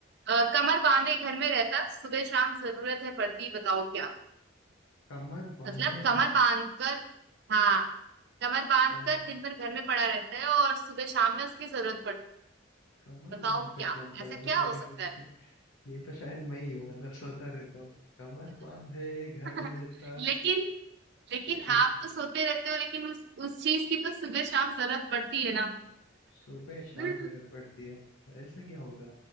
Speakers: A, on the right; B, on the left.
A: अ, कमर बांधे घर में रहता सुबह शाम जरूरत है पड़ती बताओ क्या
B: कमर बांधे
A: मतलब कमर बांध कर हाँ कमर बांध
B: कमर
A: कर दिन भर घर में पड़ा रहता है और सुबह शाम में उसकी जरूरत पड़ती
B: कमर
A: है।
B: बांध
A: बताओ
B: कर
A: क्या
B: कौन पड़ा
A: ऐसा
B: रहता
A: क्या हो
B: है घर
A: सकता
B: में
A: है
B: ये तो शायद मैं ही हूँ मतलब सोता रहता हूँ कमर बांधे घर
A: <laughs>
B: में रहता
A: लेकिन लेकिन
B: शु-
A: आप तो सोते रहते हो लेकिन उस उस चीज की तो सुबह शाम जरूरत पड़ती है ना।
B: सुबह शाम
A: जी
B: जरूरत पड़ती है ऐसा क्या होगा